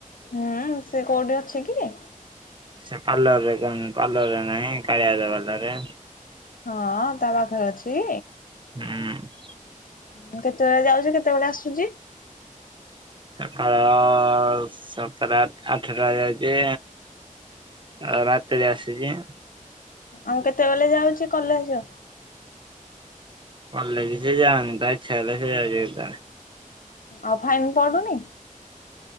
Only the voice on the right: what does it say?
ସେ ପାର୍ଲର ରେ କାଁ ପାର୍ଲର ରେ ନାହିଁ କାଳିଆ ଦା ପାର୍ଲରେ।
ହୁଁ।
ସକାଳ ସତଟା ଆଠଟା ଯାଉଚି ଆଉ ରାତିରେ ଆସିଚି।
କଲେଜ ସେ ଯାଉନି ତା ଇଚ୍ଛା ହେଲେ ସେ ଯାଉଚି କେତେବେଳେ।